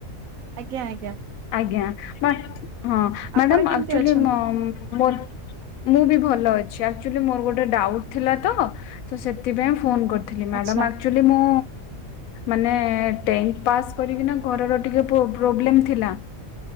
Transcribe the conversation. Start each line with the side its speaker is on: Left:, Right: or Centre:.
Right: ଆଜ୍ଞା ଆଜ୍ଞା।
Left: ଆଜ୍ଞା ମା ହଁ ମ୍ୟାଡ଼ାମ
Right: ଆପଣ କେମିତି
Left: ଆକ୍ଚୁଲି
Right: ଅଛନ୍ତି?
Left: ମ ମୋର ମୁଁ ବି ଭଲ ଅଛି। ଆକ୍ଚୁଲି ମୋର ଗୋଟେ ଡାଉଟ୍ ଥିଲା ତ ତ ସେଥିପାଇଁ ଫୋନ କରି ଥିଲି ମ୍ୟାଡ଼ାମ୍
Right: ଆଚ୍ଛା
Left: ଆକ୍ଚୁଲି ମୁଁ ମାନେ ଟେନଥ୍ ପାସ୍ କରିକିନା ଘରର ଟିକେ ପୋ ପ୍ରୋବ୍ଲେମ୍ ଥିଲା।